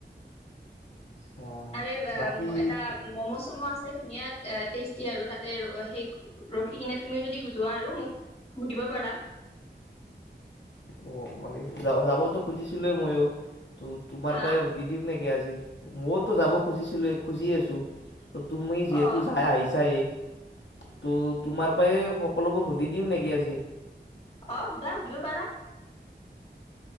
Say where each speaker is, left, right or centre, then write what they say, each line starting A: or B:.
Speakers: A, on the left (about 80°); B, on the left (about 35°).
A: আচ্ছা
B: তাৰে
A: বাকী
B: এটা ম'ম' চম' আছে ধুনীয়া টেষ্টি আৰু তাতে সেই ৰখি কিনে তুমি যদি গু যোৱা আৰু মোক সুধিব পাৰা।
A: অ মানে য যাবওতো খুজিছিলো মইও ত তোমাৰ
B: হা
A: পৰাই সুধি দিও নেকি আজি মইতো যাব খুজিছিলো খুজি আছো ত তুমি যিহেতু
B: অ
A: যাই আহিছাই ত' তোমাৰ পৰা সকলোবোৰ সুধি দিওঁ নেকি আজি?
B: আহ সুধা সুধিব পাৰা।